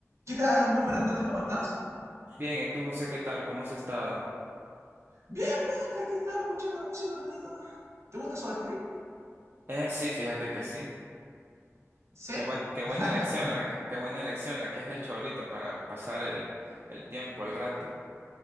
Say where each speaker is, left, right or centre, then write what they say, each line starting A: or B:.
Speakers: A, on the right; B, on the right.
A: ¿Qué tal? Muy buenas tardes, ¿cómo estás?
B: Bien, ¿y tú, José, qué tal? ¿Cómo has estado?
A: Bien, brother, aquí estaba escuchando música un ratito. ¿Te gusta Soda Stereo?
B: Eh, sí, fíjate que sí.
A: Sí.
B: Qué buen-
A: <laughs>
B: qué buena elección
A: Buena.
B: la, que- qué buena elección la que has hecho ahorita para pasar el, el tiempo, el rato.